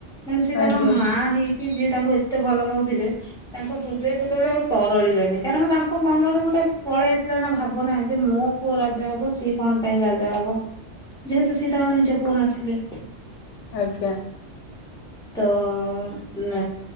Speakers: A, in the centre; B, on the left (about 85°).
A: ମାନେ ସେ ତାଙ୍କ
B: ଆଜ୍ଞା ଆଜ୍ଞା ଆଜ୍ଞା
A: ମା ହେଇକି ଯିଏ ତାଙ୍କୁ ଏତେ ଭଲ ପାଉଥିଲେ। ତାଙ୍କ ହୃଦୟ ସେତେବେଳେ ଆ ତରଳିଲାଣିି କାରଣ ତାଙ୍କ ମନରେ ଗୋଟେ ପଳେଇ ଆସିଲା ନା ଭାବନା ଯେ ମୋ ପୁଅ ରାଜା ହବ ସିଏ କଣ ପାଇଁ ରାଜା ହବ ଯେହେତୁ ସିଏ ତାଙ୍କର ନିଜ ପୁଅ ନଥିଲେ।
B: ଆଜ୍ଞା।
A: ତ ଉ